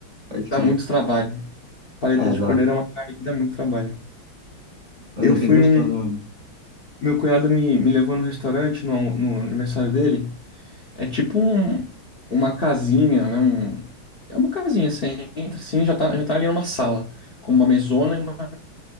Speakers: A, on the right; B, on the left.
A: pode
B: dá
A: crer.
B: muito trabalho. Paleta
A: É,
B: de
A: dá.
B: cordeiro é uma carne que dá muito trabalho.
A: Mas
B: Eu
A: é bem
B: fui
A: gostoso
B: num.
A: mesmo.
B: Meu cunhado me, me levou no restaurante no, almo- no aniversário dele. É tipo um, uma casinha, né? Um, é uma casinha, você entra assim, já tá, já tá ali numa sala, com uma mesona e uma